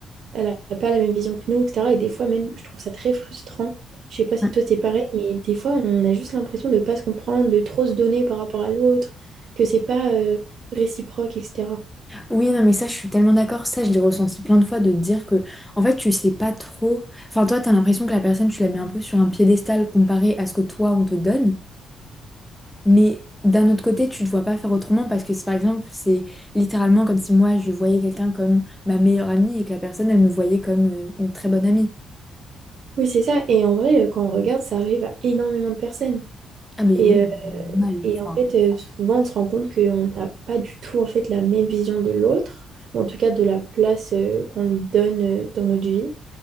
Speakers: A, on the right (about 60°); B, in the centre.
A: elle n'a pas la même vision que nous, etc. Et des fois, même, je trouve ça très frustrant. Je sais pas si
B: Ouais.
A: toi, c'est pareil, mais des fois, on a juste l'impression de ne pas se comprendre, de trop se donner par rapport à l'autre, que c'est pas, euh, réciproque, etc.
B: Oui, non, mais ça, je suis tellement d'accord. Ça, je l'ai ressenti plein de fois de te dire que, en fait, tu sais pas trop. Enfin, toi, t'as l'impression que la personne, tu la mets un peu sur un piédestal comparé à ce que toi, on te donne. Mais d'un autre côté, tu ne te vois pas faire autrement parce que, si, par exemple, c'est littéralement comme si moi, je voyais quelqu'un comme ma meilleure amie et que la personne, elle me voyait comme euh, une très bonne amie.
A: Oui, c'est ça. Et en vrai, euh, quand on regarde, ça arrive à énormément de personnes.
B: Ah, mais
A: Et,
B: oui,
A: euh,
B: normal.
A: et
B: Enfin,
A: en fait, euh, souvent, on se rend compte qu'on n'a pas du tout en fait, la même vision de l'autre, ou en tout cas de la place euh, qu'on lui donne euh, dans notre vie.